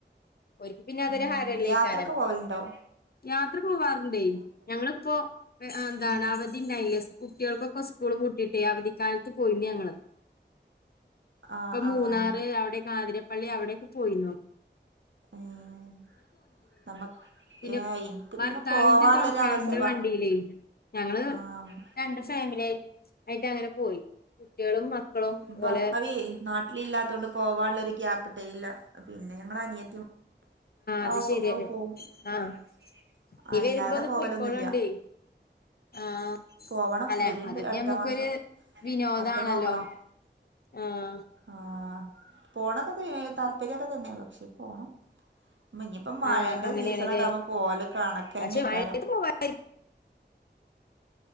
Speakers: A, on the left; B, on the right.
A: ഓര്ക്ക് പിന്നെ അതൊരു
B: ആഹ്
A: ഹരല്ലേക്കാരം
B: യാത്രൊക്കെ പോവല്ണ്ടോ?
A: യാത്ര പോവാറ്ണ്ടേ ഞങ്ങളിപ്പോ എന്താണ്
B: ഉം
A: അവധി ഉണ്ടായില്ലേ കുട്ടികൾക്കൊക്കെ സ്കൂള് കൂട്ടിയിട്ടേ അവധിക്കാലത്ത് പോയിന്ന് ഞങ്ങള്
B: ആഹ്
A: ഇപ്പൊ മൂന്നാറ്
B: ആഹ്
A: അവിടെ കാതിരപ്പള്ളി അവിടെക്കെ പോയി
B: ഉം നമക്ക്
A: പിന്നെ
B: എനിക്ക്
A: ഭർത്താവിന്റെ
B: പിന്നെ പോവാള്ളൊര
A: തൊണക്കാരന്റെ
B: അവസവാ
A: വണ്ടിയിലേ ഞങ്ങള്
B: ആഹ്
A: രണ്ട് ഫാമിലിയി ആയിട്ട് അങ്ങനെ പോയി കുട്ടികളും മക്കളും
B: ഭർത്താവവി
A: ഓലെ
B: നാട്ടിലില്ലാത്തൊണ്ട് പോവാനുള്ളൊരു ക്യാപ്പിട്ടേല്ല പിന്നെ ഞങ്ങൾ അനിയത്തി ആഹ്
A: അത്
B: ഒപ്പമാ
A: ശരിയാണ്
B: പോവും
A: ആഹ്
B: ഉം
A: നീ
B: അല്ലാതെ
A: വരുമ്പോ ഒന്ന്
B: പോവലൊന്നുല്ല
A: പോയിക്കോളണ്ടി ആഹ്
B: പോവണം
A: അല്ലെ
B: വരുണ്ട്
A: അതൊക്കെ
B: അടുത്ത
A: നമ്മുക്കൊരു
B: മാസം
A: വിനോദാണല്ലോ
B: അപ്പൊ നോക്കണം
A: ആഹ്
B: ആഹ് പോണൊക്കെ താല്പര്യമൊക്കെ തന്നെയ പക്ഷെ പോണം മഞ്ഞിപ്പോ മഴന്റെ
A: ആഹ് അങ്ങനെയാണല്ലേ
B: സീസണക്കെ ആവുമ്പോ പോവല കണക്കന്നീക്കാരം
A: പക്ഷെ മഴയത്ത് പോവാതിരിക്കാനും